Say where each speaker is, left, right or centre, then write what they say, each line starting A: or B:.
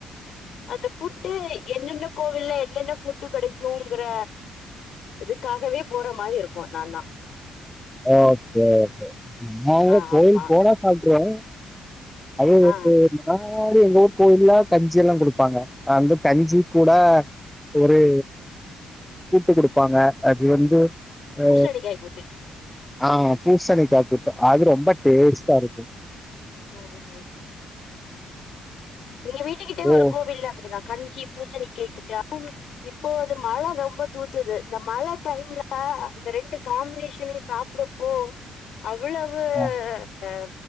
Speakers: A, on the left (about 70°); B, in the centre.
A: அந்த ஃபுட்டு என்னென்ன கோவில்ல என்னென்ன ஃபுட்டு் கிடைக்குங்கிற இதுக்காகவே போற மாறி இருக்கு இப்போ நாந்தா
B: ஓக்கே ஓக்கே நா கூட
A: ஆ
B: கோயில்
A: ஆமா
B: போனா சாப்ட்ருவே அதும்
A: ஆ
B: வந்து நா அப்டியே எங்க ஊர் கோவில்ல கஞ்சி எல்லா குடுப்பாங்க அந்த கஞ்சிக் கூட ஊரே கூட்டு குடுப்பாங்க அது வந்து
A: பூசணிக்காய்
B: அ
A: கூட்டு
B: ஆ பூசணிக்கா கூட்டு அது ரொம்ப டேஸ்டா இருக்கும்
A: அ ஆமா எங்க வீட்டுக்கிட்ட ஒரு
B: ஓ!
A: கோவில்ல அப்படிதா கஞ்சி பூசணிக்கை கூட்டு அப்பறம் இப்போ அது மழை ரொம்ப தூத்துது இந்த மழை டைம்ல இந்த ரெண்டு காம்பினேஷனையு சாப்ட் ப்டப்போ அவ்ளோ
B: அ
A: அ